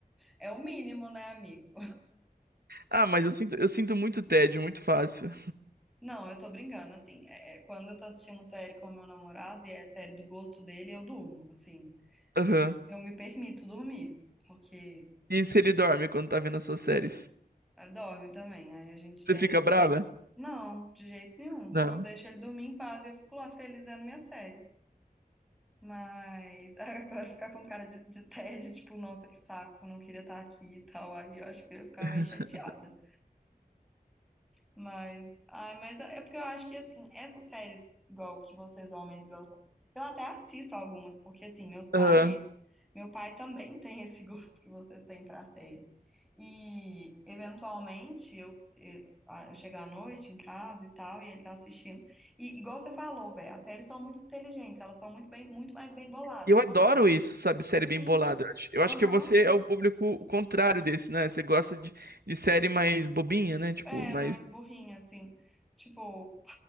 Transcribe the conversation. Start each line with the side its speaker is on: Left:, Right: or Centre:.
Centre: É o mínimo, né, amigo?
Right: Ah, mas eu sinto, eu sinto muito tédio, muito fácil.
Centre: Não, eu tô brincando, assim, é- é, quando eu tô assistindo série com meu namorado e é série do gosto dele, eu durmo, assim.
Right: Aham.
Centre: Eu me permito dormir, porque
Right: E se ele dorme quando tá vendo as suas séries?
Centre: ela dorme também. Aí a gente
Right: Você
Centre: tem
Right: fica
Centre: esse.
Right: brava?
Centre: Não, de jeito nenhum.
Right: Não.
Centre: Eu deixo ele dormir em paz e eu fico lá feliz vendo minha série. Mas <laughs> agora ficar com cara de, de tédio, tipo, nossa, que saco, não queria estar aqui e tal. Aí eu acho que eu ia ficar
Right: <laughs>
Centre: meio chateada. Mas, ai, mas é é porque eu acho que assim, essas séries, igual que vocês homens gostam, eu até assisto algumas, porque assim, meus pais,
Right: Aham.
Centre: meu pai também tem esse <laughs> gosto que vocês têm pra série. E eventualmente eu, eu, ah, eu chego à noite em casa e tal, e ele tá assistindo. E igual você falou, velho, as séries são muito inteligentes, elas são muito bem, muito mais bem boladas.
Right: E Eu adoro isso, sabe? Série bem
Centre: Sim,
Right: bolada. Eu acho eu
Centre: aham,
Right: acho que você é o público o contrário desse, né? Você gosta de, de série mais bobinha, né? Tipo,
Centre: é
Right: mais.
Centre: mais burrinha, assim. Tipo.